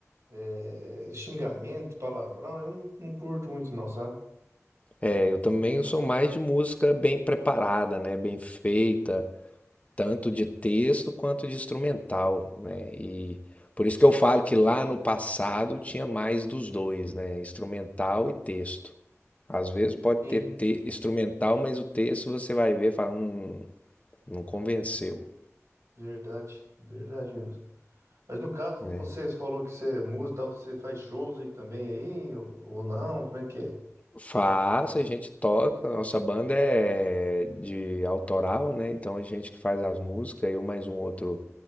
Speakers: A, on the right (about 75°); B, on the left (about 25°).
A: é, xingamento, palavrão. Eu não, não curto muito não, sabe?
B: é, eu também sou mais de música bem preparada, né? Bem feita. tanto de texto quanto de instrumental, né? E por isso que eu falo que lá no passado tinha mais dos dois, né? Instrumental e texto. Às vezes pode
A: Sim,
B: ter te- instrumental, mas o texto você vai ver e fala, hum, não convenceu,
A: verdade, verdade mesmo. Mas no caso,
B: né?
A: você falou que você é músico e tal, você faz shows aí também aí, ou, ou não? Como é que é?
B: Faço, a gente toca, a nossa banda é de autoral, né? Então a gente que faz as músicas, eu mais um outro